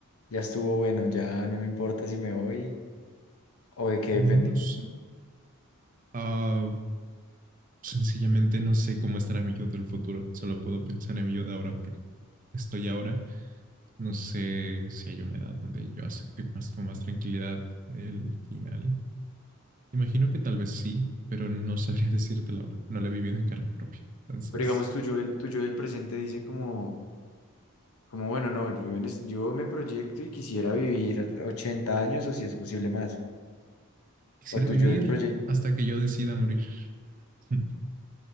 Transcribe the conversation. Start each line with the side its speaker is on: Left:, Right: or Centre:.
Left: ya estuvo bueno, ya no me importa si me voy o de qué depende.
Right: No lo sé. Uh, sencillamente no sé cómo estará mi yo del futuro. Solo puedo pensar en mi yo de ahora porque estoy ahora. No sé si hay una edad donde yo acepte más, con más tranquilidad el final. Imagino que tal vez sí, pero no sabría <laughs> decirte la hora. No la he vivido en carne propia. Entonces,
Left: Pero digamos, tu yo, del- tu yo del presente dice como, como bueno, no, yo, en es- yo me proyecto y quisiera vivir 80 años o si es posible más.
Right: quisiera
Left: O tu
Right: vivir
Left: yo del, proye-
Right: hasta que yo decida morir. <laughs>